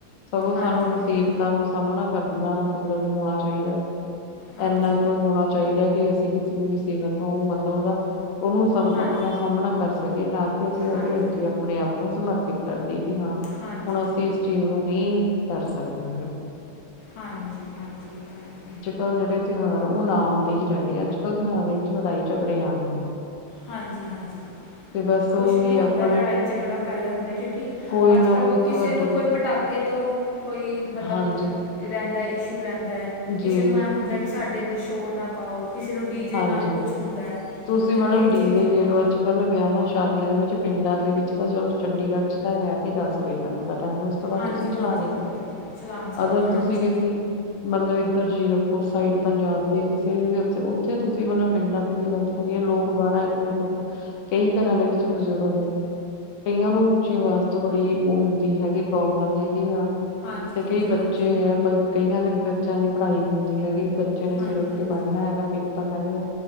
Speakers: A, on the left (about 60°); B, on the left (about 85°).
A: ਸਗੋਂ
B: ਹਾਂਜੀ
A: ਸਾਨੂੰ ਮੁਸੀਬਤਾਂ
B: ਹਾਂਜੀ
A: ਨੂੰ ਸਾਹਮਣਾ ਕਰਨਾ, ਮਤਲਬ ਹੋਣਾ ਚਾਹੀਦਾ।
B: ਹਾਂਜੀ
A: ਇੰਨਾ 'ਕ ਹੋਣਾ ਚਾਹੀਦਾ ਕਿ ਅਸੀਂ ਕਿਸੇ ਵੀ ਮੁਸੀਬਤ ਨੂੰ, ਮਤਲਬ ਉਹਦਾ ਉਹਨੂੰ
B: ਹਾਂਜੀ ਹਾਂਜੀ
A: ਆਪਣਾ ਸਾਹਮਣਾ ਕਰ ਸਕੇ ਨਾ ਕਿ, ਅਸੀਂ ਉਹਦੇ
B: ਹਾਂਜੀ
A: ਅੱਗੇ ਆਪਣੇ ਆਪ ਨੂੰ ਸਮਰਪਿਤ ਕਰ ਦਈਏ ਵੀ ਹਾਂ,
B: ਹਾਂਜੀ
A: ਹੁਣ ਅਸੀਂ ਇਸ ਚੀਜ਼ ਨੂੰ ਨਹੀਂ ਕਰ ਸਕਦੇ। ਹਨਾ,
B: ਹਾਂਜੀ ਹਾਂਜੀ, ਇਹ ਤਾਂ ਹੈਗਾ।
A: ਅੱਜ ਕੱਲ ਜਿਹੜੇ ਤਿਉਹਾਰ ਆ ਉਹ ਨਾਮ ਦੇ ਹੀ ਰਹਿਗੇ, ਅੱਜ ਕੱਲ੍ਹ ਤਿਉਹਾਰਾਂ ਦੇ ਵਿੱਚ ਲੜਾਈ ਝਗੜੇ ਆਮ ਹੈ।
B: ਹਾਂਜੀ-ਹਾਂਜੀ,
A: ਤੇ ਬਸ
B: ਕੁਛ
A: ਉਹੀ
B: ਵੀ ਹੁੰਦਾ
A: ਆਪਣਾ
B: ਲੜਾਈ ਝਗੜਾ ਪਹਿਲਾਂ ਹੁੰਦਾ ਹਾ। ਕਿਉਂਕਿ
A: ਕੋਈ
B: ਅੱਜ
A: ਨਾ
B: ਕੱਲ
A: ਕੋਈ ਤੁਹਾਡੀ
B: ਕਿਸੇ ਨੂੰ ਕੋਈ ਪਟਾਕਾ, ਪਟਾਕੇ ਤੋਂ ਕੋਈ ਮਤਲਬ
A: ਹਾਂਜੀ
B: ਰਹਿੰਦਾ, ਇਸ਼ੂ ਰਹਿੰਦਾ, ਕਿਸੇ
A: ਜੀ
B: ਨੂੰ ਐ ਹੁੰਦਾ ਕਿਸੇ ਸਾਡੇ ਇੱਧਰ ਸ਼ੋਰ ਨਾ ਪਾਓ, ਕਿਸੇ ਨੂੰ ਡੀ ਜੇ
A: ਹਾਂਜੀ
B: ਨਾਲ ਕੁਛ ਹੁੰਦਾ ਹੈ
A: ਤੁਸੀਂ
B: ਅਤੇ
A: ਮੈਡਮ
B: ਇਹ
A: ਡੀਜ਼ੇ
B: ਚੀਜ਼ ਵੀ
A: ਹੀ ਲੈ
B: ਬਹੁਤ
A: ਲਓ ਅੱਜ, ਪਹਿਲ ਵਿਆਹਵਾਂ ਸ਼ਾਦੀਆਂ ਦੇ ਵਿੱਚ ਪਿੰਡਾਂ ਦੇ ਵਿੱਚ ਤਾਂ ਚਲੋ ਚੰਡੀਗੜ੍ਹ 'ਚ ਤਾਂ ਹੈ ਕਿ, ਦਸ ਵਜੇ ਤੱਕ ਦਾ ਟਾਈਮ ਉਸ ਤੋਂ ਬਾਅਦ
B: ਹਾਂਜੀ
A: ਤੁਸੀਂ ਚਲਾ
B: ਹਾਂਜੀ
A: ਨਹੀਂ ਸਕਦੇ,
B: ਚਲਾਉਣ ਸਕਦੇ
A: ਅਗਰ
B: ਹਾਂਜੀ
A: ਤੁਸੀਂ ਕਿਸੇ ਮਤਲਬ ਇੱਧਰ ਜ਼ੀਰਕਪੁਰ ਸਾਈਡ, ਪੰਜਾਬ ਦੇ ਕਿਸੇ ਵੀ ਉੱਥੇ ਜਿੱਥੇ ਤੁਸੀਂ ਮਤਲਬ ਪਿੰਡਾਂ ਦੀ ਵੀ ਗੱਲ ਕਰੀਏ, ਲੋਕ ਬਾਰਾਂ ਇੱਕ ਵਜੇ ਤੱਕ ਕਈ ਘਰਾਂ ਦੇ ਵਿੱਚ ਬਜ਼ੁਰਗ ਹੁੰਦੇ। ਕਈਆਂ ਨੂੰ ਉੱਚੀ ਅਵਾਜ ਤੋਂ ਬੜੀ ਉਹ ਹੁੰਦੀ ਹੈਗੀ ਪ੍ਰੋਬਲਮ ਹੈਗੀ ਆ।
B: ਹਾਂਜੀ
A: ਤੇ
B: ਹਾਂਜੀ
A: ਕਈ ਬੱਚੇ
B: ਹਾਂਜੀ
A: ਐ, ਪ ਕਈਆਂ ਦੇ ਬੱਚਿਆਂ ਦੀ ਪੜ੍ਹਾਈ ਹੁੰਦੀ ਹੈਗੀ, ਬੱਚੇ ਨੇ
B: ਹਾਂਜੀ
A: ਸਵੇਰੇ ਉੱਠ
B: ਹਾਂਜੀ
A: ਕੇ ਪੜ੍ਹਨਾ ਹੈਗਾ, ਪੇਪਰ ਹੈਗੇ ਆ।